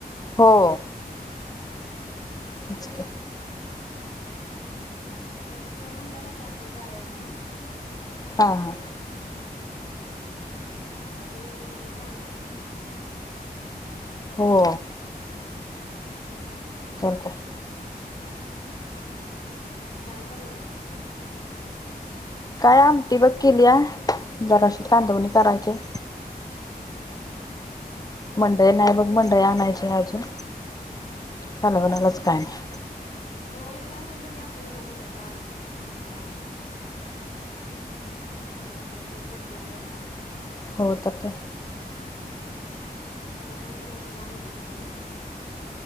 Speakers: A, on the left; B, on the left.
A: हो झालं.
B: आता तेव्हा म्हणलेला की, आपण जावूया म्हणून.
A: हा हा.
B: आता त्यो येतोय, कनयं काय माहित?
A: हो.
B: <unintelligible>
A: तर काय
B: काय बनवलं?
A: काय आमटी बघ केलीया, जराशी कांदवणी करायची हाय.
B: <inaudible> हम्म हम्म
A: मंडई नाही बघ, मंडई आणायची अजून, कालवणालाच काय नाही.
B: होय काय, म्हणतो मी आत्ता हिला म्हणलं जा अंडी आण. भाजीचाचं लय प्रश्न आहे मोठा.
A: हो, तर काय?
B: तर म, हिला म्हणालं अंडी घेऊन ये.